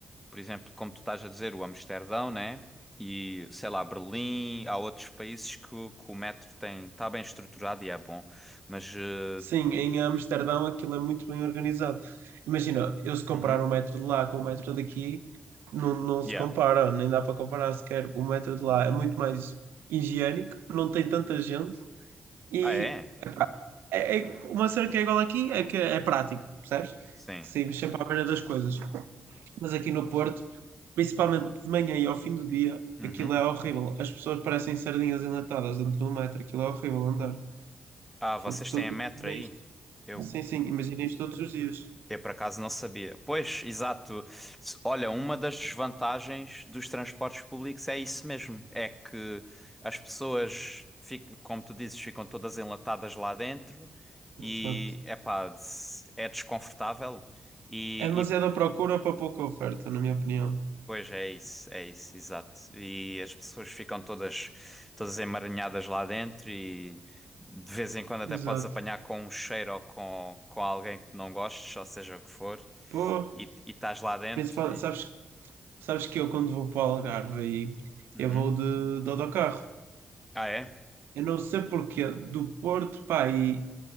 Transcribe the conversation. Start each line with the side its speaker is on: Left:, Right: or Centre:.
Centre: por exemplo, como tu estás a dizer, o Amsterdão, né? E sei lá, Berlim, há outros países que, o que o metro tem, está bem estruturado e é bom, mas eh,
Right: Sim, em Amsterdão aquilo é muito bem organizado. Imagina, eu se comparar
Centre: uhum,
Right: o metro de lá com o metro daqui, não, não se
Centre: yeah.
Right: compara, nem dá para comparar sequer. O metro de lá é muito mais higiênico, não tem tanta gente e
Centre: Ah, é?
Right: é, é- uma cena que é igual aqui é que é prático, percebes?
Centre: Sim.
Right: Que saímos sempre à beira das coisas. Mas aqui no Porto, principalmente de manhã e ao fim do dia,
Centre: Uhum.
Right: aquilo é horrível. As pessoas parecem sardinhas enlatadas dentro do metro, aquilo é horrível andar.
Centre: Ah,
Right: Fogo,
Centre: vocês
Right: tu-
Centre: têm a
Right: imagina
Centre: metro aí?
Right: isto.
Centre: Eu
Right: Sim, sim, imagina isto todos os dias.
Centre: Eu por acaso não sabia. Pois, exato. Se- Olha, uma das desvantagens dos transportes públicos é isso mesmo. É que as pessoas, fic- como tu dizes, ficam todas enlatadas lá dentro e,
Right: Exato.
Centre: epá, des- é desconfortável. E,
Right: É demasiada
Centre: e
Right: procura para pouca oferta, na minha opinião.
Centre: pois é isso, é isso, exato. E as pessoas ficam todas, todas emaranhadas lá dentro e de vez em quando até
Right: Exato.
Centre: podes apanhar com um cheiro ou com, com alguém que não gostes, ou seja o que for
Right: Pô,
Centre: e e estás lá dentro
Right: principalmente,
Centre: e.
Right: sabes, sabes que eu quando vou para o Algarve aí,
Centre: Uhum.
Right: eu vou de, de autocarro.
Centre: Ah, é?
Right: Eu não sei porquê, do Porto, pá, e